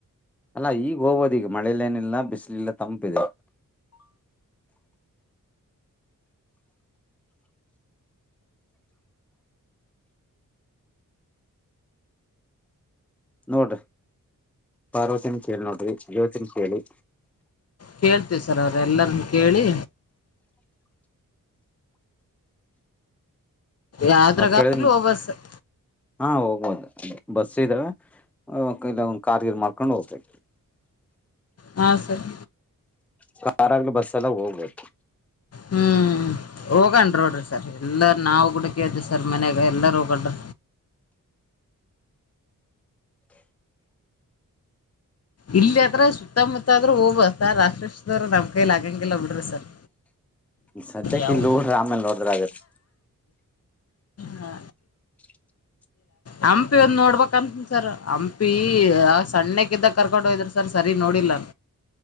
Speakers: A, in the centre; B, on the left.
A: ಅಲ್ಲಾ ಈಗ ಹೋಗಬಹುದು ಈಗ ಮಳೇಲಿ ಏನಿಲ್ಲ ಬಿಸಿಲಲ್ಲ ತಂಪಿದೆ ನೋಡ್ರಿ ಪಾರ್ವತಿನ ಕೇಳಿ ನೋಡ್ರಿ ಜ್ಯೋತಿನ ಕೇಳಿ
B: ಕೇಳ್ತೇವಿ ಸರ್ ಅವ್ರ ಎಲ್ಲರನ್ನ ಕೇಳಿ ಯಾವ್ದ್ರಾಗ್ಲೂ
A: ಅವರು ಕೇಳಿದ
B: ಹೋಗ್ಬೋದು ಸರ್
A: ಹಾ ಹೋಗ್ಬೋದು ಬಸ್ ಇದ್ದಾವೆ ಇಲ್ಲ ಒಂದು ಕಾರ್ ಗೇರ್ ಮಾಡ್ಕೊಂಡು ಹೋಗೋದು
B: ಹಾ ಸರ್
A: ಕಾರ್ ಆಗ್ ಬಸ್ ಎಲ್ಲ ಹೋಗಬಹುದು
B: ಹ್ಮ್ ಹೋಗಣ ನೋಡ್ರಿ ಸರ್ ಎಲ್ಲಾರ ನಾವವು ಗುಡಕದ್ದ ಸರ್ ಮನ್ಯಾಗ ಎಲ್ಲಾರ ಹೋಗೊಂಡ್ರ ಇಲ್ಲಿ ಆದ್ರ ಸುತ್ತಮುತ್ತ ಆದ್ರೂ ಹೋಗೋದು ಸರ್ ರಾತ್ರಿ ಎಲ್ಲ ಸುತ್ತಾಡೋಕೆ ನಮ್ ಕೈಲಿ ಆಗಂಗಿಲ್ಲ ಬಿಡ್ರಿ ಸರ್
A: ಸದ್ಯಕ್ಕೆ
B: ಯಾವುದು
A: ಇಲ್ಲಿ ನೋಡ್ರ ಆಮೇಲೆ ನೋಡ್ರ ಆಗುತ್ತೆ
B: ಹಾ
A: <unintelligible>
B: ಹಂಪಿ ಒಂದ್ ನೋಡ್ಬೇಕಂತನ್ ಸರ್ ಹಂಪಿ ಸಣ್ಣ ಕ್ದ ಕರ್ಕೊಂಡು ಹೋಯದ್ರ ಸರ್ ಸರಿ ನೋಡಿಲ್ಲ